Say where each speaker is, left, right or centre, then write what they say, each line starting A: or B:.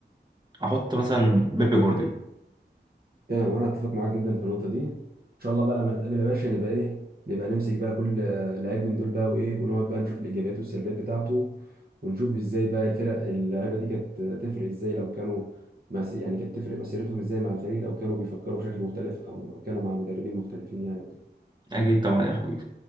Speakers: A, on the right (about 25°); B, on the right (about 55°).
A: احط مثلا بيب جوارديولا
B: تمام وانا اتفق معاك جدا في النقطه دي ان شاء الله بقى لما نتقابل يا باشا نبقى ايه نبقى نمسك بقى كل آه، لعيب من دول بقى وايه ونقعد بقى نشوف الايجابيات والسلبيات بتاعته ونشوف ازاي بقى الفرق اللعيبه دي كانت تفرق ازاي لو كانوا مس- يعني كانت تفرق مسيرتهم ازاي مع الفريق لو كانوا بيفكروا بشكل مختلف او لو كانوا مع مدربين مختلفين يعني وكده
A: أكيد طبعا يا أخوي